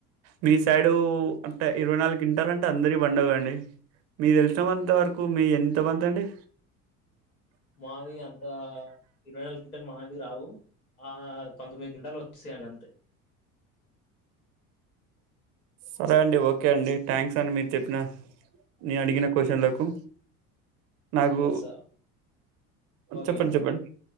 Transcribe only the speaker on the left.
మావి అంతా ఇరవైనాలుగ్ మావి రావు ఆ పంతొమ్మిది గింటలు వస్తేయి అంతే
ఓ స ఓకే